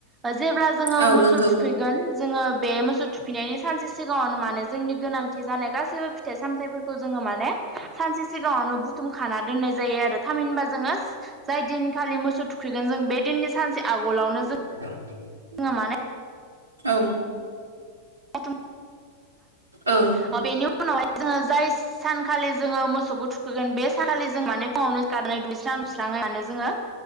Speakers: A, on the right; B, on the right.
A: ओ जेब्ला जोङो
B: औ
A: मोसौ
B: नंगौ
A: थुखैगोन जोङो बे मोसौ थुखैनायनि सानसे सि सिगाङावनो माने जोंनि गोनांथि जानाय गासैबो फिथाइ सामथाइफोरखौ जोङो माने सानसे सिगाङावनो बुथुम खाना दोननाय जायो आरो थामहिनबा जोङो जाय दिनखालि मोसौ थुखैगोन जों बे दिननि सानसे आगलावनो जों
B: <unintelligible>
A: जोंहा माने
B: औ।
A: <unintelligible>
B: औ
A: ओ बेनि उनावहाय जोङो जायस सानखालि जोङो मोसौखौ थुखैगोन बे सानखालि जों माने फुङावनो सिखारनानै दुगैस्रां लोबस्रां खालामनानै जोङो